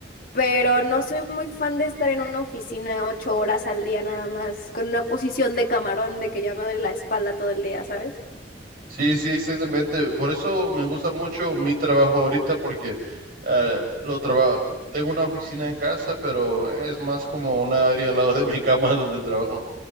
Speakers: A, on the left (about 50°); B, on the right (about 60°).
A: pero no soy muy fan de estar en una oficina ocho horas al día nada más, con una posición de camarón de que ya me duele la espalda todo el día, ¿sabes?
B: Sí, sí, exactamente. Por eso me gusta mucho mi trabajo ahorita, porque eh, lo traba- tengo una oficina en casa, pero es más como una área al lado de mi cama <laughs> donde trabajo.